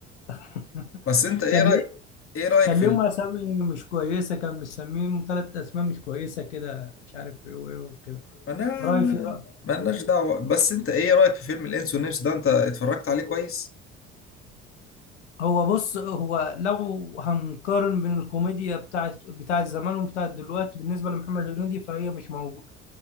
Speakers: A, on the left (about 85°); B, on the left (about 40°).
A: <laughs>
B: بس انت ايه
A: كان
B: رايك
A: ليه
B: ايه رايك
A: كان
B: في
A: ليهم
B: ال...
A: اسامي مش كويسه كان مسميهم ثلاث اسماء مش كويسه كده مش عارف ايه وايه وكده
B: ما انا
A: رايفي
B: ما
A: بقى
B: مالناش دعوه بس انت ايه رايك في فيلم الانس والنمس ده انت اتفرجت عليه كويس
A: هو بص هو لو هنقارن بين الكوميديا بتاعت بتاعت زمان وبتاعت دلوقتي بالنسبه لمحمد هنيدي فهي مش موجوده